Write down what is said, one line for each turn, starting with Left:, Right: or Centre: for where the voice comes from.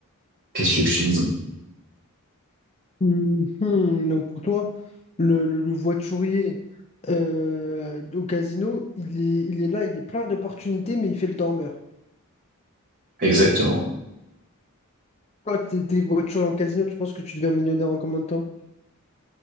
Right: Qu'est-ce que tu veux que je te dise?
Left: Hum, hum. Donc, pour toi, le, le- le voiturier euh, au casino, il est, il est là, il est plein d'opportunités, mais il fait le dormeur.
Right: Exactement.
Left: Quand tu étais voiturier en casino, tu penses que tu deviens millionnaire en combien de temps?